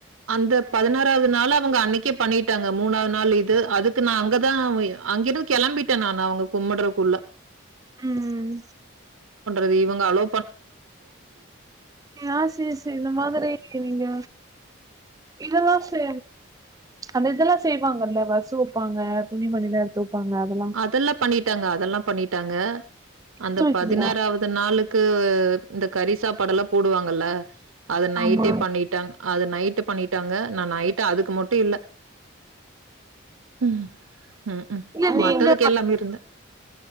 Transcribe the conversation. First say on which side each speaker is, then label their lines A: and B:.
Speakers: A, on the right (about 85°); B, on the right (about 15°).
A: அந்த பதினாறாவது நாள் அவுங்க அன்னிக்கு பண்ணிட்டாங்க மூணாவது நாள் இது அதுக்கு நான் அங்கதான் அங்கிருந்து களம்பிட்டேன் நான் அவுங்க கும்பிடுறதுக்குள்ள
B: ம்
A: அது இவுங்க அலோ
B: ஆ சரி சரி இந்த மாரி இருக்கு நீங்க இதெல்லாம் சே அந்த இதெல்லாம் செய்வாங்கல்ல வசு வைப்பாங்க துணிமணில எடுத்து வப்பாங்க அதெல்லா
A: அதெல்லாம் பண்ணிட்டாங்க அதெல்லாம் பண்ணிட்டாங்க
B: எடுத்து
A: அந்த
B: வக்கிலியா
A: பதினாறாவது நாளுக்கு இந்த கறி சாப்பாடு எல்லாம் போடுவாங்கல்ல அது நைட்டே
B: ஆமா
A: பண்ணிட்டாங்க அது நைட்டு பண்ணிட்டாங்க நான் நைட்டு அதுக்கு மட்டும் இல்ல ம் ம் ம்
B: இல்ல நீங்க
A: மத்ததுக்கு எல்லாமே இருந்தேன்